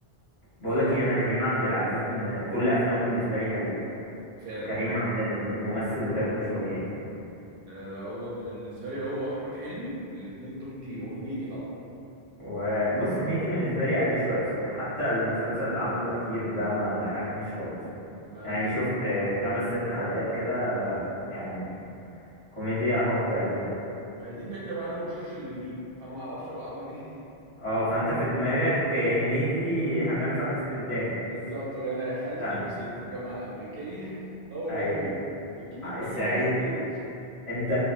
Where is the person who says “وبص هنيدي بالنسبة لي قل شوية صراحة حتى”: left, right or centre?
Left